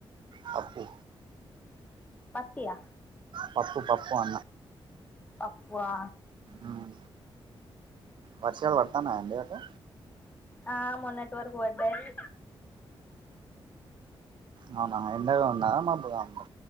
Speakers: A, on the right; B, on the left.
A: పప్పు
B: పత్యా
A: పప్పు పప్పు అన్న
B: పప్పుఆ
A: ఉమ్, వర్షాలు పడతాన్నాయండి అటు
B: ఆ మన్నట్ వర్క్ బడాయి
A: ఆ అవునా ఎండగా ఉందా మబ్బుగా ఉందా